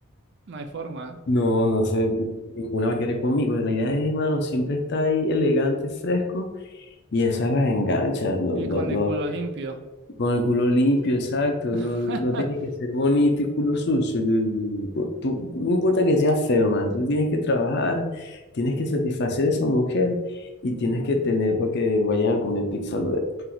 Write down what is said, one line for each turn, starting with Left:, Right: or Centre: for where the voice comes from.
Right: No hay forma.
Left: No, no sé, ninguna va a querer conmigo. La idea es, hermano, siempre está ahí elegante, fresco, y esa las engancha, no,
Right: Y
Left: no,
Right: con
Left: no.
Right: el culo limpio.
Left: Con el culo limpio, exacto, no,
Right: <laughs>
Left: no tiene que ser bonito y culo sucio. tú tú tú Tú, no importa que seas feo, man, tú tienes que trabajar, tienes que satisfacer a esa mujer y tienes que tener para que vayan a comer pizza luego.